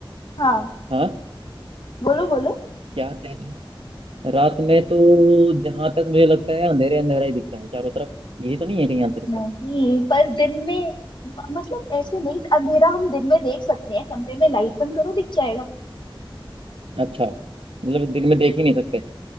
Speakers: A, on the left; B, on the right.
A: हाँ
B: हाँ
A: बोलो बोलो
B: क्या कह रहे हैं? रात में तो जहां तक मुझे लगता है अंधेरे अंधेरा ही दिखता है चारों तरफ यही तो नहीं है कहीं आंसर इसका
A: नहीं पर दिन में म- मतलब ऐसे नहीं अंधेरा हम दिन में देख सकते हैं कमरे में लाइट बंद करो दिख जाएगा
B: अच्छा मतलब दिन में देख ही नहीं सकते